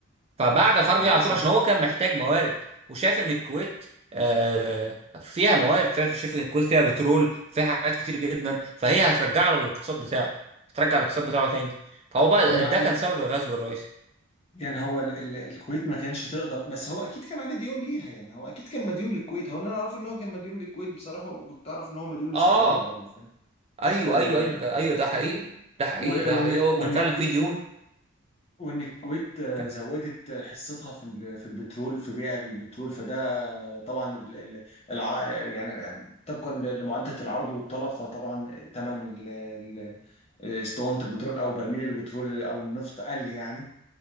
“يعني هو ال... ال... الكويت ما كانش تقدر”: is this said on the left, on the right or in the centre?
Left